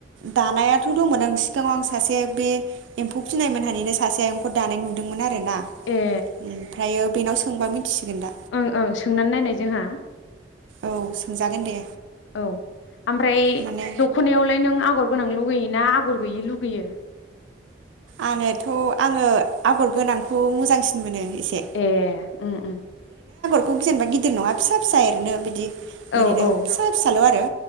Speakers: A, on the right; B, on the left.
A: दानायाथ' दंमोन ओं सिगाङाव आं सासे बे एम्फौ फिसिनायमोनहानिनो सासे आयंखौ दानाय नुदोंमोन आ रो ना
B: ए
A: ओमफ्रायो बेनाव सो सोंबा मिथिसिगोन दा
B: ओं ओं सोंनानै नायनाय जोंहा
A: औ सोंजागोन दे
B: औ आमफ्राय
A: माने
B: दख'नायावलाय नों आगर गोनां लुगैयोना आगर गैयै लुगैयो।
A: आङोथ' आङो आगर गोनांखौ मोजांसिन मोनो। एसे
B: ए उम उम।
A: बेखौ जेनबा गिदिर नङा फिसा फिसा एरनो बिदि।
B: औ
A: ओरैनो
B: औ
A: फिसा फिसाल' आरो